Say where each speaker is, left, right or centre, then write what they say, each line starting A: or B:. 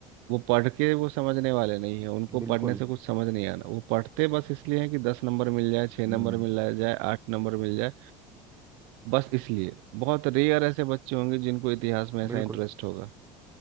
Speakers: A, on the right; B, on the right.
A: वो पढ़ के वो समझने वाले नहीं है उनको पढ़ने
B: बिल्कुल
A: से कुछ समझ नहीं आना वो पढ़ते बस इसलिए हैं कि दस नंबर मिल जाए छः नंबर
B: हम्म
A: मिल जाए आठ नंबर मिल जाए बस इसलिए बहुत रेयर ऐसे बच्चे होंगे जिनको इतिहास में ऐसा
B: बिल्कुल
A: इंटरेस्ट होगा